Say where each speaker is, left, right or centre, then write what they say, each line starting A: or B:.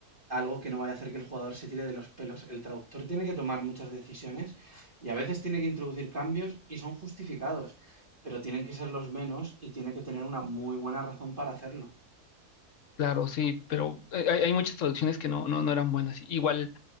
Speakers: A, on the right; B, on the left.
A: algo que no vaya a hacer que el jugador se tire de los pelos. El traductor tiene que tomar muchas decisiones y a veces tiene que introducir cambios y son justificados, pero tienen que ser los menos y tiene que tener una muy buena razón para hacerlo.
B: claro, sí, pero hay, hay hay muchas traducciones que no, no, no eran buenas. Igual.